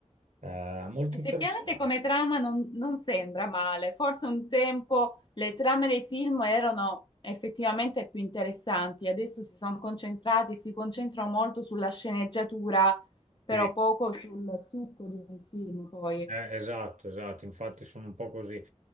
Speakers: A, on the right; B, on the left.
A: Eh, molto
B: effettivamente
A: interessante.
B: come trama non, non sembra male. Forse un tempo le trame dei film erano effettivamente più interessanti. Adesso si sono concentrati, si concentrano molto sulla sceneggiatura, però
A: Sì,
B: poco sul succo di un film poi.
A: Eh, esatto, esatto, infatti sono un po' così.